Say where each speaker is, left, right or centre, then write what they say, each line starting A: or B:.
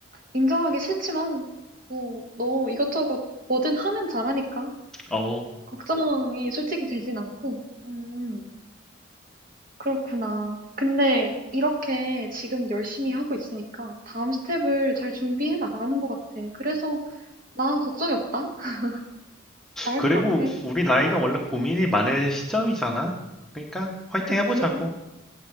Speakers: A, on the right; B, in the centre.
A: 인정하기 싫지만, 뭐, 너 이것저것 뭐든 하면 잘하니까.
B: 어
A: 걱정이 솔직히 되진 않고. 음, 그렇구나. 근데 이렇게 지금 열심히 하고 있으니까 다음 스텝을 잘 준비해 나가는 것 같아. 그래서 난 걱정이 없다. <laughs> 잘할
B: 그리고
A: 것 같아.
B: 우리 나이가
A: 음,
B: 원래 고민이 많을 시점이잖아. 그러니까 화이팅
A: 그치.
B: 해보자고.